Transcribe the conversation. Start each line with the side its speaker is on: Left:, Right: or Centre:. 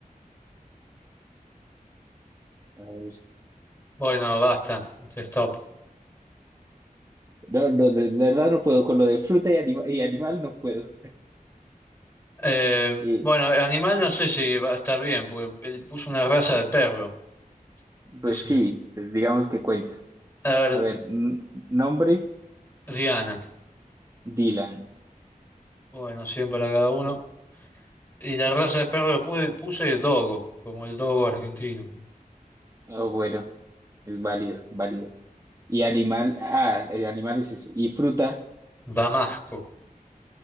Right: A ver.
Left: Bueno, basta, stop.
Right: No, no, de, de verdad no puedo. Con lo de fruta y, anima- y animal no puedo.
Left: Eh,
Right: Eh,
Left: bueno, animal no sé si va a estar bien, porque él puso una raza de perro,
Right: pues
Left: qué sé
Right: sí,
Left: yo.
Right: pues digamos que cuenta.
Left: A ver,
Right: A ver, n- nombre,
Left: Diana.
Right: Dylan.
Left: Bueno, 100 para cada uno. Y la raza de perro que pude- puse es dogo, como el dogo argentino.
Right: Oh, bueno, es válido, válido. Y animal, ah, el animal es ese. Y fruta,
Left: Damasco.